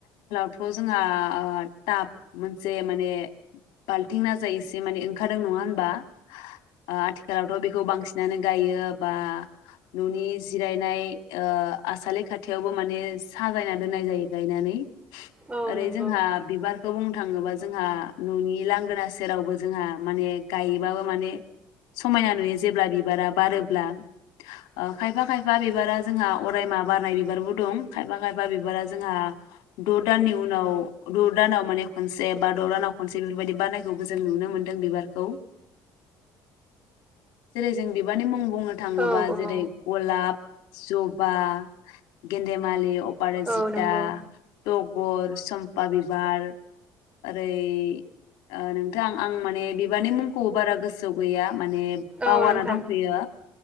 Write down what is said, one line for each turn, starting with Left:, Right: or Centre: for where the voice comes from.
Left: थ' जोंहा टाब मोनसे माने बाल्थिं नाजाय एसे माने ओंखारदों नङा होनबा आथिखालावथ' बेखौ बांसिनानो गायो बा न'नि जिरायनाय ओ आसालि खाथियावबो माने साजायना दोननाय जायो गायनानै
Right: औ
Left: ओरै
Right: नंगौ
Left: जोंहा बिबारखौ बुं थाङोबा जोंहा न'नि लांगोना सेरावबो जोंहा माने गायोबाबो माने समायना नुयो जेब्ला बिबारा बारोब्ला ओ खायफा खायफा बिबारा जोंहा अरायमा बारनाय बिबारबो दं खायफा खायफा बिबारा जोंहा द' दाननि उनाव द' दानाव माने खनसे बा द' दानाव खनसे बेफोरबायदि बारनायखौबो जों नुनो मोन्दों बिबारखौ जै जों बिबारनि मुं बुंनो थाङोबा
Right: औ औ
Left: जेरै गलाब जबा, गेन्देमालि, अप पाराजिटा
Right: औ नंगौ
Left: <unintelligible> गर, चम्फा बिबार ओरै ओ नों थां आं माने बिबारनि मुंखौबो बारा गोसोआव गैया माने बावाना
Right: औ नोंथां
Left: दंफैयो